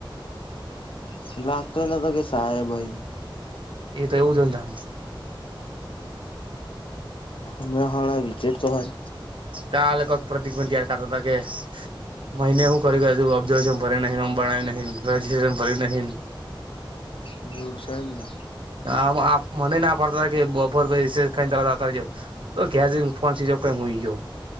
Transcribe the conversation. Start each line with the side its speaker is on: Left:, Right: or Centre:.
Left: હ લાગતોય ન તો કે સાહે ભાઈ
Right: એ તો એવું હોય
Left: અમે હાણા આ વિકેટ તો હાલ
Right: કાલ ક પ્રતીિક બંતીયાર કાતદાગે મિને હું કરું ઓબ્ન ભરે નંણ્યું નન ભર્યું નહી
Left: હ હ છે એમ ના
Right: હ મને ના પડતા કે બપોર પ ર ત આવતા તો ગેીજો ક હોય ગયો